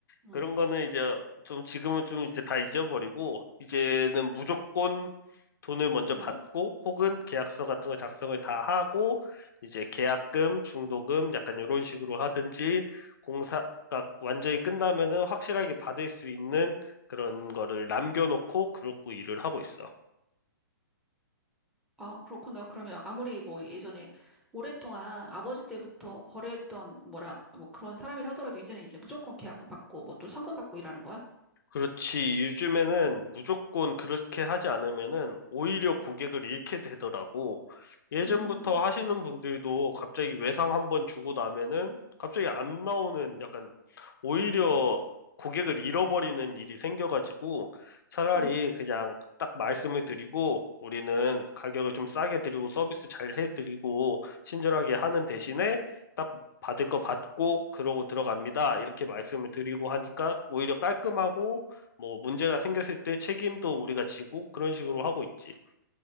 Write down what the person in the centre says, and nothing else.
응,
응.
아, 그렇구나. 그러면 아무리 뭐 예전에 오랫동안 아버지 때부터 거래했던 뭐라, 뭐 그런 사람이라 하더라도 이제는 이제 무조건 계약금 받고 뭐 또 성금 받고 일하는 거야?
음,
음.